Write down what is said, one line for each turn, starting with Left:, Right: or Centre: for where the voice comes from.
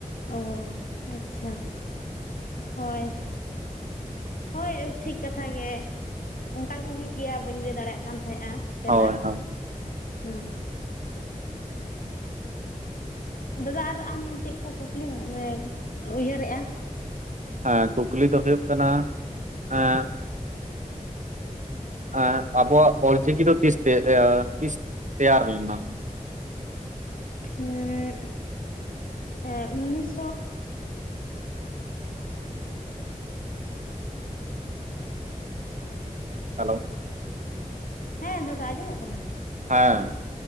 Left: ᱚ ᱟᱪᱪᱷᱟ ᱦᱚᱭ ᱦᱳᱭ ᱴᱷᱤᱠ ᱠᱟᱛᱷᱟ ᱜᱮ ᱚᱱᱠᱟ ᱜᱮ ᱦᱩᱭᱩᱜ ᱜᱮᱭᱟ ᱵᱟᱹᱧ ᱞᱟᱹᱭ ᱫᱟᱲᱮᱭᱟᱜ ᱠᱟᱱ ᱛᱟᱦᱮᱸᱫᱼᱟ ᱛᱮᱞᱟ
Right: ᱦᱳᱭ ᱦᱳᱭ
Left: ᱦᱮᱸ ᱫᱟᱫᱟ ᱟᱨ ᱟᱢ ᱪᱮᱫ ᱠᱚ ᱠᱩᱠᱞᱤᱢ ᱩᱭᱦᱟᱹᱨᱮᱜᱼᱟ᱾
Right: ᱦᱮᱸ ᱠᱩᱠᱞᱤ ᱫᱚ ᱦᱩᱭᱩᱜ ᱠᱟᱱᱟ ᱮᱸᱜ ᱮᱸ ᱟᱵᱚᱣᱟᱜ ᱚᱞ ᱪᱤᱠᱤ ᱫᱚ ᱛᱤᱥ ᱛᱮ, ᱮᱸ ᱛᱤᱥ ᱛᱮᱭᱟᱨ ᱞᱮᱱᱟ?
Left: ᱮᱸᱜ ᱮᱸ ᱩᱱᱤᱥᱥᱚ
Right: ᱦᱮᱞᱳ
Left: ᱦᱮᱸ ᱫᱟᱫᱟ ᱟᱸᱡᱚᱢᱚᱜ ᱠᱟᱱᱟ?
Right: ᱦᱮᱸ᱾